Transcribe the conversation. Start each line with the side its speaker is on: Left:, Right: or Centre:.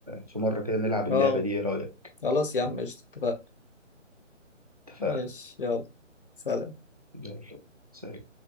Right: في مره كده نلعب اللعبه
Left: اه
Right: دي ايه رايك
Left: خلاص يا عم قشطة، اتفقنا
Right: اتفقنا
Left: ماشي يلا سلام
Right: يلا سلام